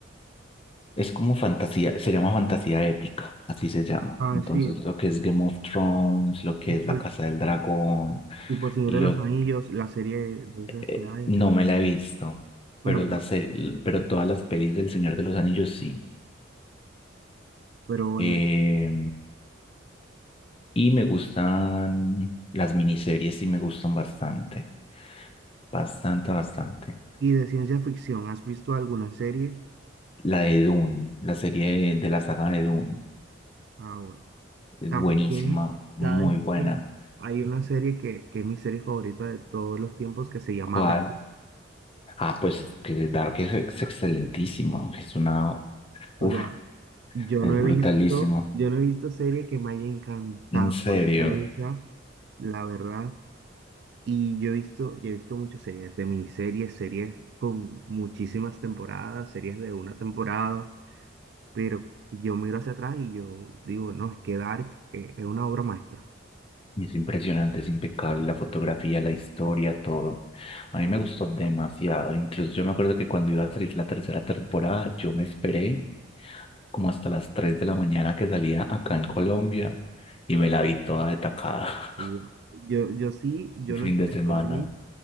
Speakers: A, on the left; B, on the right.
A: es como fantasía, se llama fantasía épica, así se llama.
B: Ah,
A: Entonces,
B: sí,
A: lo que es Game of Thrones, lo que
B: tipo,
A: es La
B: el-
A: Casa del Dragón,
B: tipo Señor
A: y
B: de
A: lo,
B: los Anillos, la serie de esas
A: eh,
B: que hay,
A: no
B: sí.
A: me la he visto,
B: Bueno,
A: pero,
B: pero,
A: la se- pero todas las pelis del Señor de los Anillos sí.
B: pero bueno,
A: Eh, y me gustan las miniseries, sí me gustan bastante, bastante, bastante.
B: Y de ciencia ficción, ¿has visto alguna serie?
A: La de Dune, la serie de de la saga de Dune.
B: Ah, bueno.
A: Es
B: También,
A: buenísima, muy
B: ¿sabes
A: buena.
B: qué? Hay una serie que, que es mi serie favorita de todos los tiempos que se llama
A: ¿Cuál?
B: Dark.
A: Ah, pues es que Dark es, es excelentísima. Es una.
B: O
A: Uf,
B: sea, yo
A: es
B: no he
A: brutalísimo.
B: visto, yo no he visto serie que me haya encantado
A: En serio.
B: más que esa, la verdad. Y yo he visto, yo he visto muchas series de miniseries, series con muchísimas temporadas, series de una temporada, pero yo miro hacia atrás y yo digo, no, es que Dark eh, es una obra maestra.
A: Es impresionante, es impecable la fotografía, la historia, todo. A mí me gustó demasiado. Incluso yo me acuerdo que cuando iba a salir la tercera temporada, yo me esperé como hasta las 3 de la mañana que salía acá en Colombia y me la vi toda de tacada. <laughs>
B: Wow. Yo, yo sí, yo
A: Un
B: no
A: fin
B: estaba
A: de
B: a
A: semana.
B: dormir,